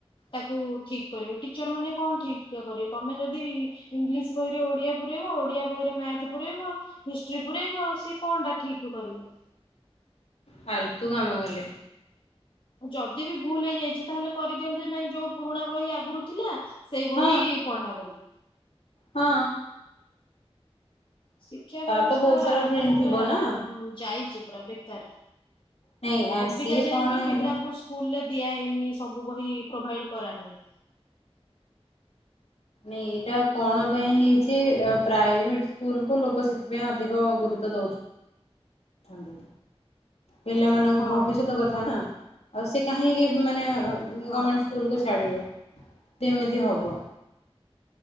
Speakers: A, on the left (about 55°); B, on the left (about 80°).
A: ତାକୁ ଠିକ୍ କରିବେ ଟିଚର ମାନେ କଣ ଠିକ୍ କରିବେ, ତମେ ଯଦି ଇଂଲିଶ ବହିରେ ଓଡିଆ ପୁରେଇବ ଓଡିଆ ବହିରେ ମ୍ୟାଥ୍ ପୁରେଇବ ହିଷ୍ଟ୍ରି ପୁରେଇବ ସିଏ କଣ ଟା ଠିକ୍ କରିବେ?
B: ଫାଲତୁ କାମ କଲେ।
A: ଯଦି ବି ଭୁଲ୍ ହେଇଯାଇଛି ତାହେଲେ କରିଦିଅନ୍ତେ ନାଇଁ ଯୋଉଁ ପୁରୁଣା ବହି ଆଗରୁ ଥିଲା ସେଇ ବହି
B: ହଁ
A: ପଢା ବୋଲି।
B: ହଁ।
A: ଶିକ୍ଷା
B: ତାର
A: ବ୍ୟବସ୍ଥା
B: ତ ବହୁତ ସାରା ପ୍ରିଣ୍ଟ
A: ମାନେ ପୁରା
B: ଥିବ ନା
A: ଯାଇଛି ପୁରା ବେକାର।
B: ନାଇଁ
A: ଅବିକା
B: ସିଏ
A: ଯାଏଁବି
B: କଣ ହେଲା
A: ପିଲାଙ୍କୁ ସ୍କୁଲରେ ଦିଆହେଇନି ସବୁ ବହି ପ୍ରୋଭାଇଡ୍ କରାହେଇନି।
B: ନାଇଁ ଏଟା କଣ ପାଇଁ ହେଇଛି ପ୍ରାଇଭେଟ୍ ସ୍କୁଲ କୁ ଲୋକ ଶି ସେଥିପାଇଁ ଅଧିକ ଗୁରୁତ୍ୱ ଦଉଛୁ। ଛନ୍ତି ପିଲାମାନଙ୍କୁ
A: ହଁ
B: ଭବିଷ୍ୟତ କଥା ନା। ଆଉ ସେ କାହିଁକି ମାନେ
A: ହଁ
B: ଗମେଣ୍ଟ ସ୍କୁଲକୁ ଛାଡ଼ିବେ? କେମିତି ହବ?